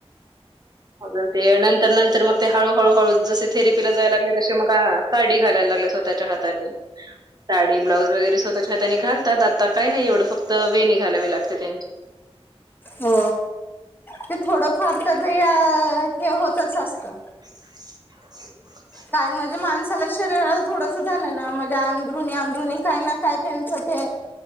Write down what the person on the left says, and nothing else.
हो, ते थोडंफार तर धुया हे होतच असतं
काय माझी मांस त्याला शरीराला थोडंस झालं ना, म्हणजे अंदरुणी, अंदरुणी, काय ना काय त्यांच ते